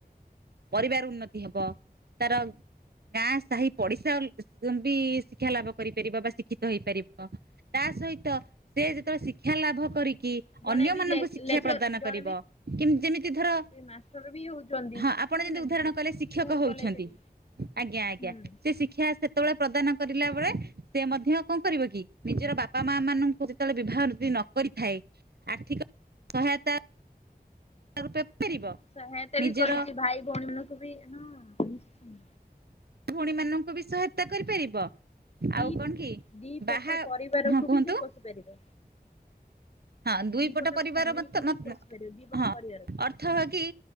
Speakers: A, on the right; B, on the left.
A: ପରିବାର ଉନ୍ନତି ହେବ, ତାର ଗାଁ ସାହି ପଡିଶା ସନ୍ତି ଶିକ୍ଷା ଲାଭ କରିପାରିବ ବା ଶିକ୍ଷିତ ହେଇପାରିବ। ତା ସହିତ ସେ ଯେତେବେଳେ ଶିକ୍ଷା ଲାଭ
B: ଆଜ୍ଞା।
A: କରିକି
B: ଜଣେ
A: ଅନ୍ୟ
B: ବି
A: ମାନଙ୍କୁ
B: ଲେ
A: ଶିକ୍ଷା
B: ଲେକ୍ଚର
A: ପ୍ରଦାନ
B: ଜଣେ
A: କରିବ,
B: ବି
A: କିମ୍ ଯେମିତି ଧର
B: ମାଷ୍ଟର ବି ହଉଛନ୍ତି
A: ହଁ ଆ ପଣ
B: ହଉନାହାନ୍ତି
A: ଯେମିତି ଉଦାହରଣ
B: କି?
A: କଇଲେ ଶିକ୍ଷକ
B: ସ୍କୁଲ
A: ହଉଛନ୍ତି,
B: କଲେଜରେ
A: ଆଜ୍ଞା ଆଜ୍ଞା
B: ହୁଁ
A: ସେ ଶିକ୍ଷା ସେତେବେଳେ ପ୍ରଦାନ କରିଲା ବେଳେ ସେ ମଧ୍ୟ କଣ କରିବ କି ନିଜର ବାପା ମା ମାନଙ୍କୁ ଯେତେବେଳେ ବିବାହ ଯଦି ନ କରିଥାଏ ଆର୍ଥିକ ସହାୟତା ରୁପେ ପାରିବ।
B: ସହାୟତା
A: ନିଜର
B: ବି କରୁଚି ଭାଇ ଭଉଣୀ ମାନଙ୍କୁ ବି ହଁ ନିଶ୍ଚୟ
A: ଭଉଣୀ ମାନଙ୍କୁ ବି ସହାୟତା କରିପାରିବ।
B: ଦି
A: ଆଉ କଣ କି
B: ଦି ପଟ
A: ବାହା
B: ପରିବାରକୁ
A: ହଁ କୁହନ୍ତୁ,
B: ବି ସେ ପୋଷି ପାରିବ
A: ହଁ ଦୁଇ
B: ଦି
A: ପଟ ପରିବାର
B: ଫ୍ୟାମିଲିକୁ
A: ମତ୍ ନ-ନ-ହଁ
B: ବି ପୋଷି ପାରିବ ଦି ପଟ ପରିବାର
A: ଅର୍ ଥହ କି